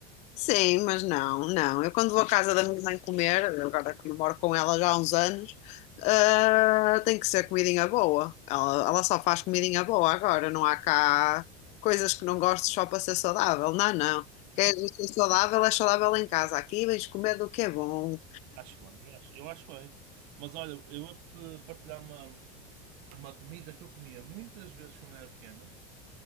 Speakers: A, on the left (about 45°); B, on the right (about 60°).
A: Sim, mas não, não. Eu quando vou à casa da minha mãe comer, agora que eu moro com ela já há uns anos, ah, tem que ser comidinha boa. Ela, ela só faz comidinha boa agora, não há cá coisas que não gosto só para ser saudável. Não, não. Queres ser saudável, é saudável em casa. Aqui vens comer do que é bom.
B: Acho bem, acho- eu acho bem. Mas olha, eu vou-te partilhar uma, uma comida que eu comia muitas vezes quando era pequena